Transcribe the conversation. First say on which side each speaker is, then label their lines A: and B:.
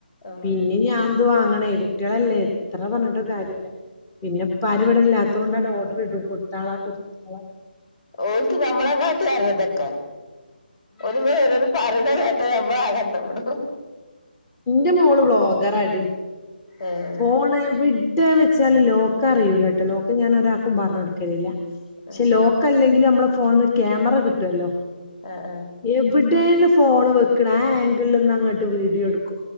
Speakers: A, on the left; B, on the left.
A: ആഹ്
B: പിന്നിം ഞാൻ ഇത് വാങ്ങണേ കുട്ടിയളല്ലേ എത്ര പർഞ്ഞിട്ടും
A: ഉം
B: കാര്യല്ല പിന്നെ ഇപ്പാര് ഇവടെ ഇല്ലാത്തോണ്ടാണ്ട് ഓഡറ് ഇടും കൊട്ത്താളാ കൊട്ത്താള
A: ഓൽക്ക് ഞങ്ങളെകാട്ടി അറിയാ ഇതൊക്ക ഓല് വേറൊരു പറിണ കേട്ട ഞമ്മളാക അന്തം വിടും
B: ഇന്റെ മോള് വ്ലോഗറാടി
A: ഏഹ്
B: ഫോണ് എവി ടെ വെച്ചാലു ലോക്ക്‌ അറിയൂലട്ടോ ലോക്ക് ഞാനൊരാക്കും പർഞ്ഞ് കൊടുക്കലില്ല പക്ഷെ
A: ആഹ്
B: ലോ ക്ക്‌ അല്ലെങ്കിളും ഞമ്മള ഫോൺന്ന് ക്യാമറ കിട്ടല്ലോ
A: ആ ആ
B: എവ്ടെണ് ഫോണ് വെക്ക്ണ ആ ആങ്കിൾല്ന്ന് അങ്ങട്ട് വീഡിയോ ഇട്